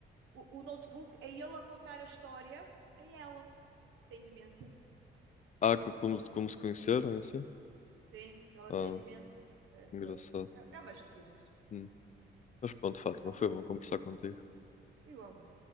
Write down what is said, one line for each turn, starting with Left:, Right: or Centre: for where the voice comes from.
Right: O, o notebook é ele a contar a história a ela. Tem demência.
Left: Ah, co- como, como se conheceram, é assim?
Right: Sim, porque ela
Left: Ah,
Right: tem demência. É, pronto.
Left: engraçado.
Right: É, é uma estupidez.
Left: Hum. Mas pronto, Fátima,
Right: Passa
Left: foi
Right: à
Left: bom
Right: frente.
Left: conversar contigo.
Right: igual